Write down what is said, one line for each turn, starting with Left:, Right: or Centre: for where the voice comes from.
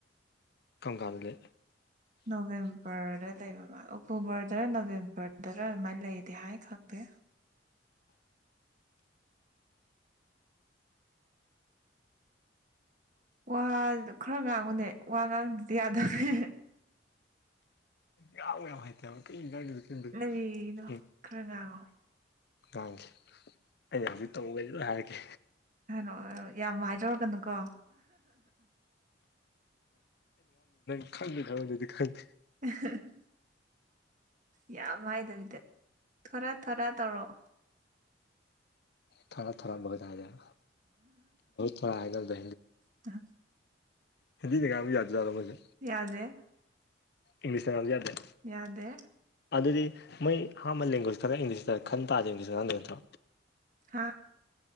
Left: ꯀꯪꯒꯥꯜꯒꯦ
Right: ꯅꯕꯦꯝꯕꯔ ꯂꯩꯕ ꯑꯣꯛꯇꯣꯕꯔꯗꯔ ꯅꯕꯦꯝꯕꯔꯗꯔ ꯑꯗꯨꯃꯥꯏꯅ ꯂꯩꯗꯦ ꯍꯥꯏ ꯈꯪꯗꯦ
Left: <unintelligible>
Right: ꯋꯥꯗꯨ ꯈꯔ ꯉꯥꯡꯉꯨꯅꯦ ꯋꯥ ꯉꯥꯡꯕꯗꯤ ꯌꯥꯗꯕꯅꯦ
Left: ꯌꯥ ꯌꯥ ꯍꯥꯏꯥꯏ ꯇ ꯀꯩ ꯉꯥꯡꯉꯤꯅꯣ ꯈꯪꯗꯦ
Right: ꯀꯔꯤꯅꯣ
Left: ꯎꯝ
Right: ꯈꯔ ꯉꯥꯡꯉꯣ
Left: ꯉꯥꯡꯈꯤ ꯑꯩꯅ ꯍꯧꯖꯤꯛ ꯇꯝꯃꯨꯒ ꯂ ꯍꯥꯏꯔꯛꯒꯦ
Right: ꯍꯥꯏꯣ ꯌꯥꯝ ꯋꯥꯏꯔꯔꯒꯅꯨꯀꯣ
Left: ꯈꯪꯗꯦ ꯈꯪꯗ ꯑꯗꯨꯗꯤ ꯈꯪꯗꯦ
Right: <unintelligible> ꯌꯥꯝ ꯍꯥꯏꯗꯕꯤꯗ ꯊꯣꯔꯥ ꯊꯣꯔꯥ ꯇꯧꯔꯑꯣ
Left: ꯊꯔ ꯊꯔ ꯍꯥꯏꯗ ꯊꯔ ꯍꯥꯏꯗꯗ
Right: ꯇ
Left: ꯍꯤꯟꯗꯤ ꯅ ꯀꯕꯤ ꯌꯥꯥꯖꯗꯣꯏ
Right: ꯌꯥꯗꯦ
Left: ꯏꯪꯂꯤꯁ ꯀ ꯌꯥꯗ
Right: ꯌꯥꯗꯦ
Left: ꯑꯗꯨꯗꯤ ꯃꯣꯏ ꯑꯍꯥꯟꯕ ꯂꯦꯡꯒ꯭ꯋꯦꯖ ꯈꯔ ꯏꯪꯂꯤꯁꯇ ꯈꯟ ꯇꯥꯗ ꯏꯪꯂꯤꯁꯇ ꯉꯥꯡꯗꯦ ꯅꯠꯇ꯭ꯔꯣ
Right: ꯍꯥ